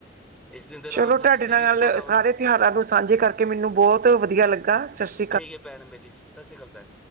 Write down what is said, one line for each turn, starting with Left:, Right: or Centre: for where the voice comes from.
Centre: ਇਸ ਦਿਨ ਦੇ
Right: ਚਲੋ,
Centre: ਰਾਮ ਚੰਦਰ
Right: ਤੁਹਾਡੇ
Centre: ਜੀ
Right: ਨਾਲ
Centre: ਵੀ ਚੌਦਾਂ
Right: ਸਾਰੇ ਤਿਉਹਾਰਾਂ ਨੂੰ ਸਾਂਝੇ ਕਰਕੇ ਮੈਨੂੰ ਬਹੁਤ ਵਧੀਆ ਲੱਗਾ। ਸ
Centre: ਠੀਕ ਹੈ ਭੈਣ ਮੇਰੀ ਸਤਿ ਸ਼੍ਰੀ ਅਕਾਲ ਭੈਣ।